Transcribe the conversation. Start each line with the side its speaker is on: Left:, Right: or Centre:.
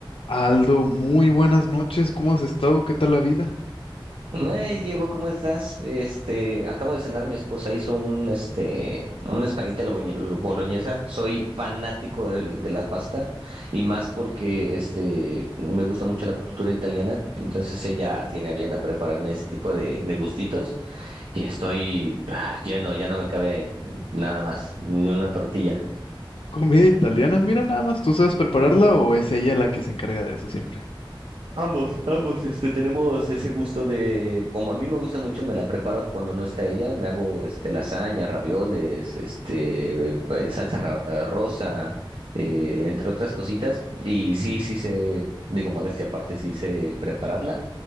Left: Aldo, muy buenas noches. ¿Cómo has estado? ¿Qué tal la vida?
Right: Hey Diego, ¿cómo estás? Este, acabo de cenar, mi esposa hizo un este un espagueti a la boñe- boloñesa. Soy fanático del- de, la pasta y más porque este me gusta mucho la cultura italiana. Entonces ella tiene a bien a prepararme ese tipo de, de gustitos y estoy ah, lleno, ya no me cabe nada más, ni una tortilla.
Left: Comida italiana, mira nada más. ¿Tú sabes prepararla o es ella la que se encarga de eso siempre?
Right: Ambos, ambos, este, tenemos ese gusto de, como a mí me gusta mucho, me la preparo cuando no está ella, me hago, este, lasaña, ravioles, este, eh, pa- salsa ra- eh, rosa, eh, entre otras cositas, y sí, sí sé, digo, modestia aparte, sí sé prepararla,